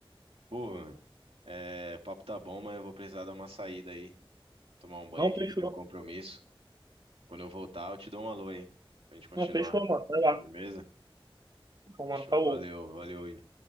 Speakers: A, on the right; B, on the right.
A: Pô, mano, é, papo tá bom, mas eu vou precisar dar uma saída aí. Tomar um banho
B: não
A: aqui
B: fechou.
A: que eu tenho um compromisso. Quando eu voltar, eu te dou um alô aí. Pra gente continuar.
B: Não fechou, mano. Vai lá.
A: Firmeza?
B: Vou matar
A: Show,
B: o
A: valeu, valeu, William.